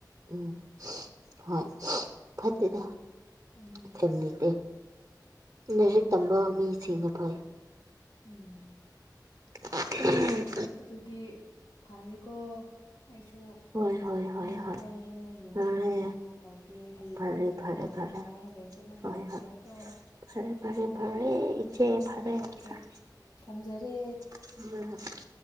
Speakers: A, on the right (about 35°); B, on the left (about 70°).
A: ꯎꯝ ꯍꯣꯏ ꯐꯠꯇꯦꯗ
B: ꯎꯝ
A: ꯐꯦꯃꯤꯂꯤꯗꯤ
B: ꯑꯗꯨꯅꯤ
A: ꯂꯥꯏꯔꯤꯛ ꯇꯝꯕ ꯃꯤ ꯊꯤꯅ ꯐꯩ
B: ꯎꯝ
A: <unintelligible>
B: ꯑꯗꯨꯗꯤ ꯐꯥꯔꯦꯀꯣ ꯑꯩꯁꯨ
A: ꯍꯣꯏ ꯍꯣꯏ ꯍꯣꯏ
B: ꯃꯤ
A: ꯍꯣꯏ
B: ꯈꯔ ꯍꯦꯟꯅ ꯌꯦꯡꯉꯒ
A: ꯐꯔꯦ
B: ꯏꯔꯨꯅꯤꯡꯉꯥꯏ ꯇꯧꯒꯦ ꯍꯥꯌꯦꯡꯁꯨ
A: ꯐꯔꯦ
B: ꯑꯃꯨꯛ ꯀꯣꯜ
A: ꯐꯔꯦ
B: ꯇꯧꯔꯛꯄ
A: ꯐꯔꯦ
B: ꯌꯥꯏ ꯍꯣꯔꯦꯟꯁꯨ ꯑꯃꯨꯛ
A: ꯍꯣꯏ
B: ꯇꯧꯔꯛꯄ
A: ꯍꯣꯏ
B: ꯌꯥꯏꯀꯣ
A: ꯐꯔꯦ ꯐꯔꯦ
B: ꯎꯝ
A: ꯐꯔꯦ ꯏꯆꯦ ꯐꯔꯦ
B: ꯑꯣꯀꯦ
A: ꯍꯣꯏ
B: ꯑꯣꯀꯦ ꯊꯝꯖꯔꯦ
A: <unintelligible>